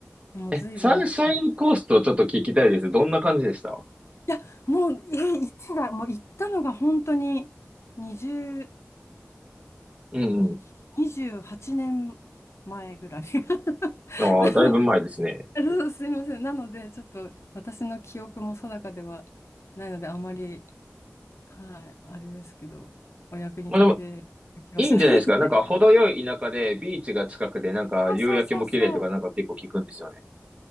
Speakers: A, on the left; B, on the right.
A: でも随分前に、
B: え、サンシャインコーストちょっと聞きたいです。
A: い
B: どんな感じでした
A: や、もう、え、いつだ、もう行ったのが本当に20、
B: うんうん。
A: 20 28年前ぐらい。<laughs>
B: ああ、
A: なの、
B: だいぶ前ですね。
A: そうすいません。なので、ちょっと私の記憶も定かではないので、あまり、はい、あれですけど、お役に立てる気はしないですけど。
B: まあでも、いいんじゃないですか。なんか、程よい田舎で、ビーチが近くで、なんか、
A: そうそうそうそう。
B: 夕焼けも綺麗とか、なんか結構聞くんですよね。